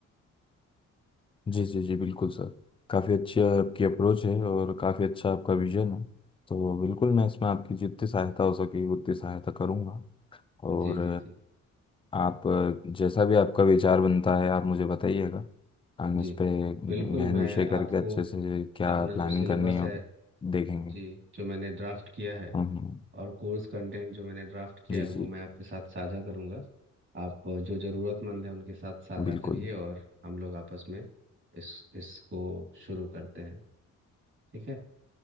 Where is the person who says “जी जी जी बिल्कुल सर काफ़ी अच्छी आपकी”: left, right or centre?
Left